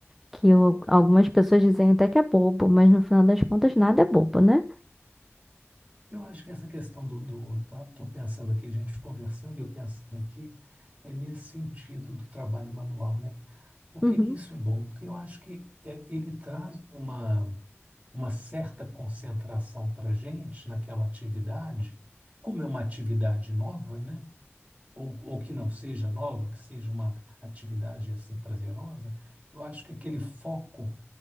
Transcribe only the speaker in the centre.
que o- algumas pessoas dizem até que é bobo, mas no final das contas nada é bobo, né?
Uhum.